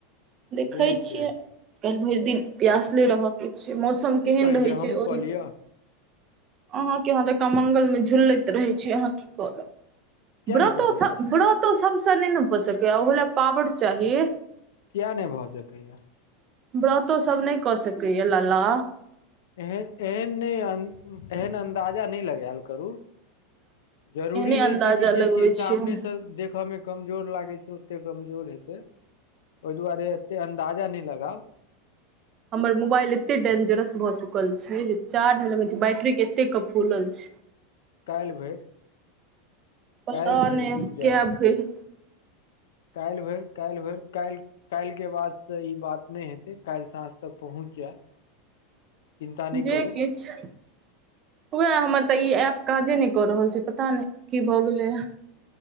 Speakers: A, on the right (about 35°); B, on the left (about 80°).
A: देखै
B: बेर
A: छियै
B: छै
A: काल्हि भरि दिन प्यासले रहय के छै मौसम म
B: की
A: केहन
B: कहै
A: रहै
B: हमहूँ
A: छै ओ
B: कऽ
A: हिसाबसँ
B: लिअ
A: अहाँके अहाँ एकटा मंगलमे झुलैत रहै छी अहाँ की करब
B: किया
A: व्रतो
B: नहि कऽ सकै
A: सभ
B: छी
A: व्रतो सभसँ नहि ने भऽ सकैए ओहो लए पावर चाही।
B: किया नहि भऽ सकैये
A: व्रतो सब नहि कऽ सकैये लाला
B: एहेन एहन नहि एहन अन्दाजा नहि लगायल करू जरूरी
A: एहने
B: नहि
A: अन्दाजा
B: छै कि जे
A: लगबै
B: चीज सामनेसँ
A: छियै हम
B: देखऽमे कमजोर लागै छै ओते कमजोर हेतै ओहि दुआरे एते अन्दाजा नहि लगाउ
A: हमर मोबाइल एतेक डेंजरस भऽ चुकल छै जे चार्ज मे लगेन छियै बैटरी एते कऽ फूलल छै
B: काल्हि भरि
A: पता
B: काल्हि भरि
A: नहि
B: रुकि जाउ
A: कै भरि
B: काल्हि भरि काल्हि भरि काल्हि काल्हि के बाद से ई बात नहि हेतै काल्हि साँझ तक पहुँच जायत चिन्ता नहि
A: जे
B: करू
A: किछ उएह हमर तऽ ई एप काजे नहि कऽ रहल छै पता नहि की भऽ गेलैये।